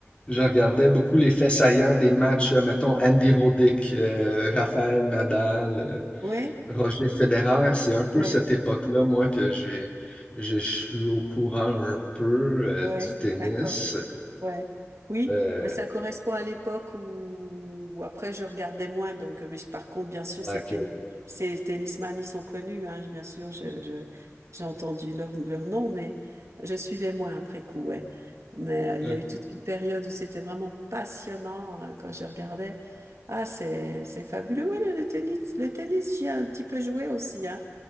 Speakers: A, on the left; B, on the right.
A: je regardais beaucoup les faits saillants des matchs, euh, mettons, Andy Roddick, euh, Raphaël Nadal. euh,
B: Ouais,
A: Roger Federer, c'est un peu
B: ouais,
A: cette époque-là, moi, que j'ai, je suis au courant un peu euh,
B: ouais,
A: du tennis.
B: d'accord. Ouais. Oui,
A: Euh,
B: ben, ça correspond à l'époque où, où après je regardais moins. Donc, euh, mais je- par contre, bien sûr,
A: donc,
B: ces, ten- ces tennisman, ils sont connus. Hein, bien sûr, je, je- j'ai entendu leur, leur nom, mais je suivais moins après coup. Ouais. Mais euh, il
A: euh,
B: y a eu toute une période où c'était vraiment passionnant hein, quand je regardais. Ah, c'est, c'est fabuleux. Oui, le, le tennis, le tennis, j'y ai un petit peu joué aussi. Hein,